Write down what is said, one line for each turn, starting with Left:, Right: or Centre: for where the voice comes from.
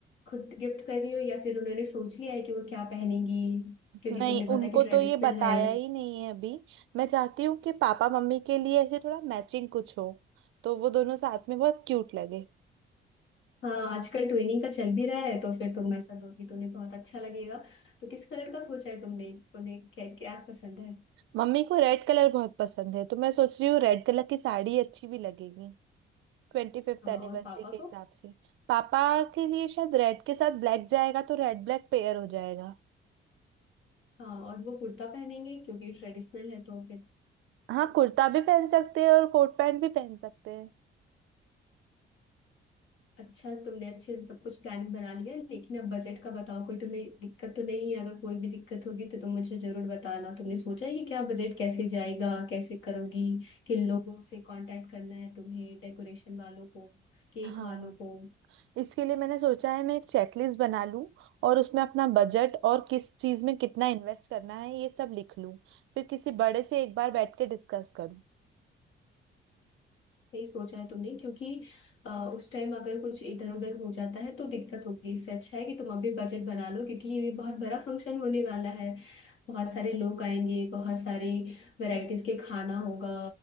Left: खुद गिफ्ट कर रही हो या फिर उन्होंने सोच लिया है कि वो क्या पहनेगी क्योंकि
Right: नहीं
Left: तुमने बताया
Right: उनको
Left: कि ट्रेडिशनल
Right: तो ये बताया
Left: है
Right: ही नहीं है अभी मैं चाहती हूँ कि पापा मम्मी के लिए ऐसे थोड़ा मैचिंग कुछ हो तो वो दोनों साथ में बहुत क्यूट लगे
Left: हाँ आजकल ट्विनिंग का चल भी रहा है तो फिर तुम ऐसा दोगी तो उन्हें बहुत अच्छा लगेगा तो किस कलर का सोचा है तुमने उन्हें क्या क्या पसंद है
Right: मम्मी को रेड कलर बहुत पसंद है तो मैं सोच रही हूँ रेड कलर की साड़ी अच्छी भी लगेगी ट्वेंटी फिफ्थ
Left: हाँ
Right: एनिवर्सरी
Left: और पापा
Right: के हिसाब
Left: को
Right: से पापा के लिए शायद रेड के साथ ब्लैक जाएगा तो रेड ब्लैक पेयर हो जाएगा
Left: हाँ और वो कुर्ता पहनेंगे क्योंकि ट्रेडिशनल है तो फिर
Right: हाँ कुर्ता भी पहन सकते हैं और कोट पैंट भी पहन सकते हैं
Left: अच्छा तुमने अच्छे से सब कुछ प्लानिंग बना लिया लेकिन अब बजट का बताओ कोई तुम्हें दिक्कत तो नहीं है अगर कोई भी दिक्कत होगी तो तुम मुझे जरूर बताना तुमने सोचा है कि क्या बजट कैसे जाएगा कैसे करोगी किन लोगों से कांटेक्ट करना है तुम्हें डेकोरेशन वालों को केक
Right: हाँ
Left: वालों को
Right: इसके लिए मैंने सोचा है मैं एक चेकलिस्ट बना लूं और उसमें अपना बजट और किस चीज में कितना इन्वेस्ट करना है ये सब लिख लूं फिर किसी बड़े से एक बार बैठ के डिस्कस करूं
Left: सही सोचा है तुमने क्योंकि अ, उस टाइम अगर कुछ इधर उधर हो जाता है तो दिक्कत होगी इससे अच्छा है कि तुम अभी बजट बना लो क्योंकि ये बहुत बड़ा फंक्शन होने वाला है बहुत सारे लोग आएंगे बहुत सारी वैरायटीज के खाना होगा